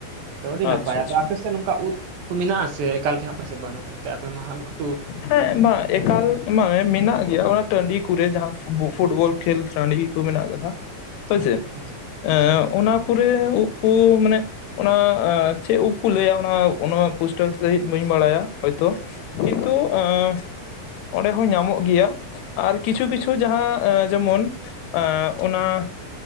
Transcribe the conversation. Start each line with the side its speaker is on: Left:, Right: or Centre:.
Right: ᱟᱫᱚ ᱟᱹᱰᱤ
Left: ᱟᱪᱪᱷᱟ
Right: ᱱᱟᱯᱟᱭ ᱟᱫᱚ
Left: ᱟᱪᱪᱷᱟ
Right: ᱟᱯᱮᱥᱮᱫ ᱱᱚᱝᱠᱟ ᱩᱫ ᱠᱚ ᱢᱮᱱᱟᱜᱼᱟ ᱥᱮ ᱮᱠᱟᱞ ᱜᱮ ᱦᱟᱸᱜ ᱯᱟᱥᱮ ᱵᱟᱹᱱᱩᱜ ᱮᱱᱛᱮ ᱟᱯᱮ ᱢᱟ ᱦᱟᱸᱜ ᱜᱷᱩᱴ
Left: ᱦᱮᱸ ᱵᱟ ᱮᱠᱟᱞ ᱢᱟ ᱢᱟᱱᱮ ᱢᱮᱱᱟᱜ ᱜᱮᱭᱟ ᱚᱱᱟ ᱴᱟᱺᱰᱤ ᱠᱚᱨᱮ ᱡᱟᱦᱟᱸ ᱯᱷᱩᱵᱚ ᱯᱷᱩᱴᱵᱚᱞ ᱠᱷᱮᱞ ᱴᱟᱺᱰᱤ ᱠᱚ ᱢᱮᱱᱟᱜ ᱠᱟᱫᱟ ᱦᱳᱭᱥᱮ
Right: ᱟᱪᱪᱷᱟ ᱟᱪᱪᱷᱟ
Left: ᱮ
Right: ᱟᱪᱪᱷᱟ
Left: ᱚᱱᱟ ᱠᱚᱨᱮ ᱩᱵ ᱠᱚ ᱢᱟᱱᱮ ᱚᱱᱟ ᱮ ᱪᱮᱫ ᱩᱵ ᱠᱚ ᱞᱟᱹᱭᱟ ᱚᱱᱟ ᱚᱱᱟ ᱯᱩᱥᱴᱟᱹᱣ ᱥᱟᱺᱦᱤᱡ ᱵᱟᱹᱧ ᱵᱟᱲᱟᱭᱟ ᱦᱚᱭᱛᱚ ᱠᱤᱱᱛᱩ ᱟᱸ ᱚᱸᱰᱮ ᱦᱚᱸ ᱧᱟᱢᱚᱜ ᱜᱮᱭᱟ ᱟᱨ ᱠᱤᱪᱷᱩ ᱠᱤᱪᱷᱩ ᱡᱟᱦᱟᱸ ᱮ ᱡᱮᱢᱚᱱ ᱟᱸ ᱚᱱᱟ